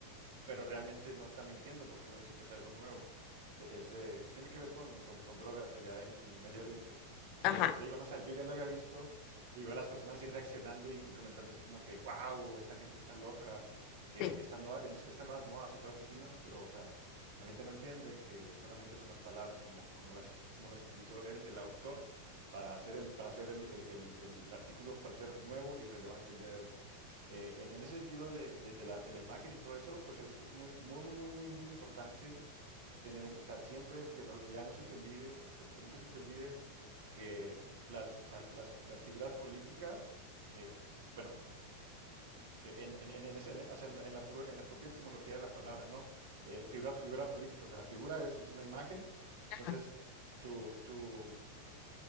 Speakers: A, on the right (about 55°); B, on the left (about 40°).
A: pero realmente no está mintiendo porque no dice que es algo nuevo. Eh, Es de- tiene que ver con, con- con drogas allá en, en el Medio Oriente.
B: ajá,
A: Pero, pero te digo, no, o sea, yo ya lo había visto y veo a las personas así reaccionando y, y comentando así como que, wow, esta gente está loca, que
B: sí,
A: estas nuevas, estas estas nuevas modas o cosas así, ¿no? Pero, o sea, la gente no entiende que solamente son las palabras como, como las, es- como las utilizó el, el autor para hacer el, para hacer el, el- el- el artículo parecer nuevo y relevante el día de hoy. Eh, en, en ese sentido de, de- de la, de la imagen y todo eso, pues es, es muy, muy, muy, muy, muy muy importante tener, en- o sea, siempre que, no, que ya no se te olvide, o sea, que, que nunca se te olvide que las, o sea, las, las figuras políticas, eh, bueno, en, en, en, en ese- en- o sea, en la, en la pro- en la propia etimología de la palabra, ¿no? Eh, figura, figura política, o sea, la figura es, es una imagen, entonces
B: ajá,
A: tu, tu,